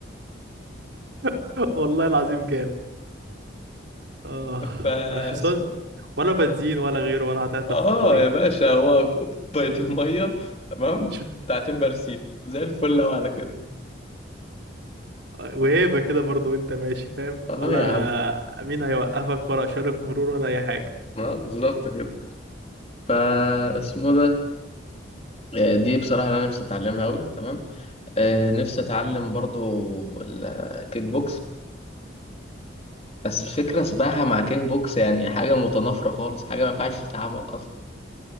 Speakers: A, on the right; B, on the left.
A: <laughs> والله العظيم جامد اه
B: ف
A: الحصان ولا بنزين ولا غيره ولا هتعطل
B: اه
A: في الطريق
B: يا باشا هو كوبايتين ميه تمام
A: <laughs>
B: وبتاعتين برسيم زي الفل لو على كده
A: وهيبة كده برضو وانت ماشي فاهم
B: اه
A: ولا
B: يا عم
A: مين هيوقفك ولا إشارة مرور ولا أي حاجة
B: اه بالظبط كده فا اسمه ده آه، دي بصراحه انا نفسي اتعلمها قوي تمام آه، نفسي اتعلم برضو الكيك بوكس بس الفكره سباحه مع كيك بوكس يعني حاجه متنافره خالص حاجه ما ينفعش تتعمل اصلا